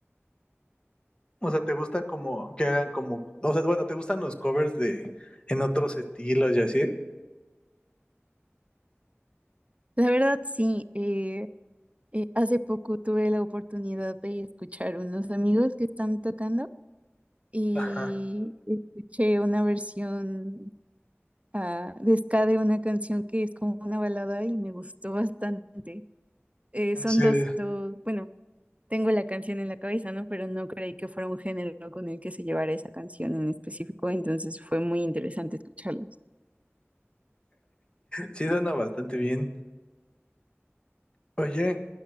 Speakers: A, on the left (about 20°); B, on the right (about 30°).
A: O sea, ¿te gusta como que hagan como, o sea, bueno, ¿te gustan los covers de en otros estilos y así?
B: La verdad sí, eh, eh, hace poco tuve la oportunidad de escuchar unos amigos que están tocando y
A: Ajá,
B: escuché una versión a Desca de una canción que es como una balada y me gustó bastante. Eh,
A: en
B: son
A: serio.
B: dos, dos, bueno, tengo la canción en la cabeza, ¿no? Pero no creí que fuera un género con el que se llevara esa canción en específico, entonces fue muy interesante escucharlos.
A: Sí, suena bastante bien. Oye,